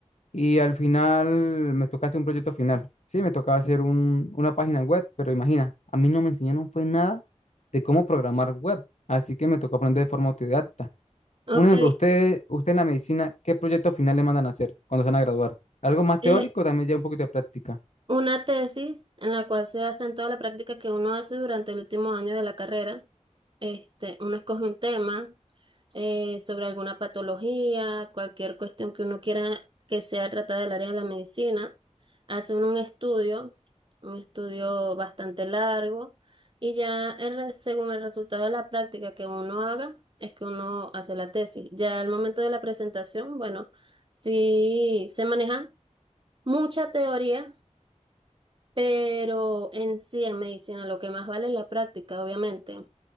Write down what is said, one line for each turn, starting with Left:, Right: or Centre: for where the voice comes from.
Left: Y al final me tocaba hacer un proyecto final. Sí, me tocaba hacer un, una página web, pero imagina, a mí no me enseñaron fue nada de cómo programar web, así que me tocó aprender de forma autodidacta.
Right: ok,
Left: Un ejemplo, usted, usted en la medicina, ¿qué proyecto final le mandan a hacer cuando se van a graduar? ¿Algo más
Right: eh,
Left: teórico? También ya un poquito de práctica.
Right: Una tesis en la cual se basa en toda la práctica que uno hace durante el último año de la carrera. Este, uno escoge un tema eh, sobre alguna patología, cualquier cuestión que uno quiera que sea tratada del área de la medicina. Hace uno un estudio, un estudio bastante largo, y ya el re- según el resultado de la práctica que uno haga, es que uno hace la tesis. Ya al momento de la presentación, bueno, sí se maneja mucha teoría pero en sí, en medicina, lo que más vale es la práctica, obviamente.